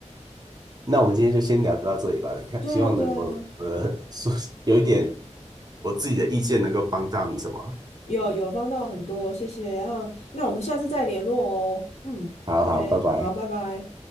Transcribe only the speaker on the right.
<laughs> 那我们今天就先聊到这里吧。看希望能我我的
<laughs> 说有一点我自己的意见能够帮到你什么？
好好，拜拜。